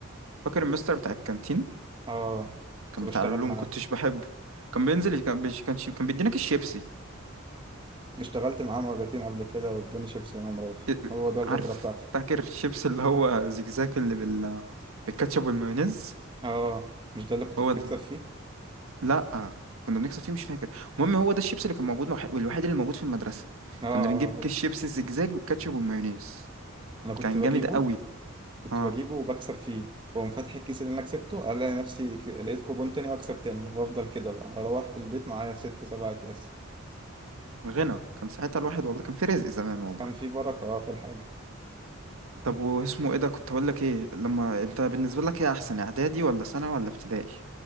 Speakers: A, on the right; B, on the right.
A: فاكر المستر بتاع الكانتين
B: اه
A: كان
B: كنت بشتغل
A: بتاع العلوم
B: معاه
A: كنتش بحبه كان بينزل كان بيش- كان شي- كان بيدينا كيس شيبسي
B: اشتغلت معاه مرتين قبل كده واداني شيبسي وانا مروح
A: إيه،
B: هو ده الاجره
A: عارف
B: بتاعتي
A: فاكر الشيبس اللي هو زجزاج اللي بال بالكاتشب والمايونيز
B: اه مش ده اللي كنت
A: هو
B: بتكسب
A: ده
B: فيه
A: لا كنا بنكسب فيه مش فاكر المهم هو ده الشيبس اللي كان موجود الوح- والوحيد اللي موجود في المدرسة
B: اه آه،
A: كنا بنجيب
B: هو
A: كيس شيبسي الزجزاج بالكاتشب والمايونيز
B: انا كنت
A: كان
B: بجيبه
A: جامد قوي
B: كنت
A: اه
B: بجيبه وبكسب فيه واقوم فاتح الكيس اللي انا كسبته الاقي نفسي ك- لقيت كوبون تاني واكسب تاني وافضل كده بقى اروح في البيت معايا ست سبع اكياس
A: غنى كان ساعتها الواحد والله كان في رزق زمان والله
B: كان في بركة اه في الحاجة
A: طب واسمه ايه ده كنت هقول لك ايه لما انت بالنسبة لك ايه احسن اعدادي ولا ثانوي ولا ابتدائي